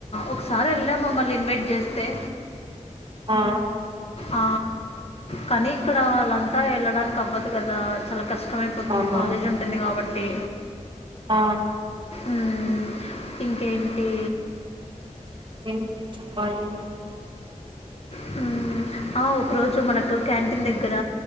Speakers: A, on the left; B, on the right.
A: ఒకసారెళ్ళాం మమ్మల్ని ఇన్వైట్ జేస్తే.
B: ఆ
A: ఆ కానీ ఇక్కడ వాళ్ళంతా వెళ్ళడానికి అవ్వదు కదా చాల కష్టమయిపోతుంది
B: అవునా
A: కాలేజ్ ఉంటుంది కాబ టే
B: ఆ
A: హ్మ్ ఇంకేంటి
B: ఎం బాలీవుడ్
A: హ్మ్ ఆ ఒకరోజు మనకు క్యాంటీన్ దగ్గర